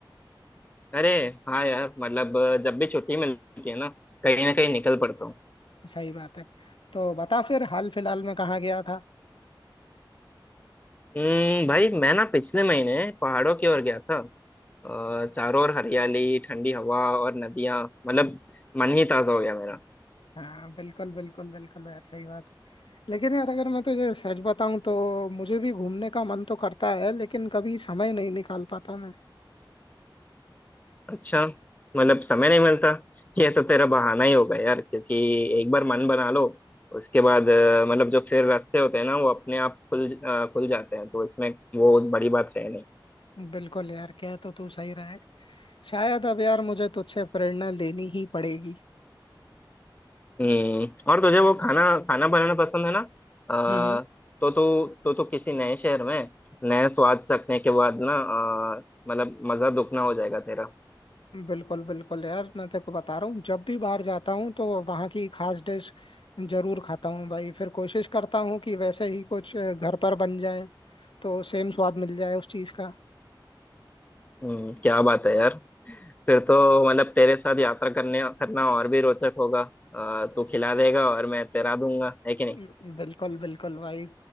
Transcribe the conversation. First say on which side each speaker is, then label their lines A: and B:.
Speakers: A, on the left; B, on the left.
A: अरे हाँ यार मतलब अ, जब भी छुट्टी मिलती है ना कहीं ना कहीं निकल पड़ता हूँ
B: सही बात है तो बता फिर हाल फिलहाल में कहाँ गया था
A: हम्म भाई मैं ना पिछले महीने पहाड़ों की ओर गया था अ, चारों ओर हरियाली ठंडी हवा और नदियाँ मतलब मन ही ताजा हो गया मेरा
B: हाँ बिल्कुल बिल्कुल बिल्कुल यार सही बात है लेकिन यार अगर मैं तुझे सच बताऊं तो मुझे भी घूमने का मन तो करता है लेकिन कभी समय नहीं निकाल पाता मैं
A: अच्छा मतलब समय नहीं मिलता <laughs> ये तो तेरा बहाना ही होगा यार क्योंकि एक बार मन बना लो उसके बाद अ, मतलब जो फिर रास्ते होते हैं ना वो अपने आप खुल ज- अ, खुल जाते हैं तो इसमें वो बड़ी बात है
B: बिल्कुल यार कह तो तू सही रहा है शायद अब यार मुझे तुझसे प्रेरणा लेनी ही पड़ेगी
A: हम्म और तुझे वो खाना खाना बनाना पसंद है ना आ,
B: हम्म
A: तो तू तो तू किसी नए शहर में नए स्वाद चखने के बाद ना अ, मतलब मजा दुगना हो जाएगा तेरा
B: बिल्कुल बिल्कुल यार मैं तेरे को बता रहा हूँ जब भी बाहर जाता हूँ तो वहाँ की खास डिश जरूर खाता हूँ भाई फिर कोशिश करता हूँ कि वैसे ही कुछ अ, घर पर बन जाए तो सेम स्वाद मिल जाए उस चीज़ का
A: हम्म क्या बात है यार फिर तो मतलब तेरे साथ यात्रा करने करना और भी रोचक होगा अ, तू खिला देगा और मैं तैरा दूंगा है कि नहीं
B: हम्म, बिल्कुल बिल्कुल भाई